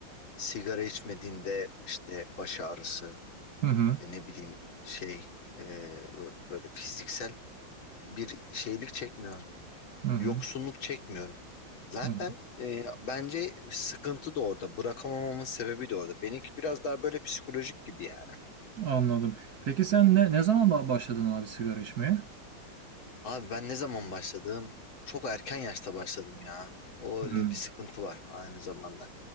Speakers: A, on the left; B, on the right.
A: sigara içmediğinde işte baş ağrısı
B: Hı hı,
A: e, ne bileyim şey e, böyle fiziksel bir şeylik çekmiyorum.
B: hı hı,
A: Yoksunluk çekmiyorum. Zaten
B: hı. hı.
A: e, bence sıkıntı da orada. Bırakamamamın sebebi de orada. Benimki biraz daha böyle psikolojik gibi yani.
B: Anladım. Peki sen ne, ne zaman ba- başladın abi sigara içmeye?
A: Abi ben ne zaman başladım? Çok erken yaşta başladım ya. O
B: Hı.
A: öyle bir sıkıntı var aynı zamanda.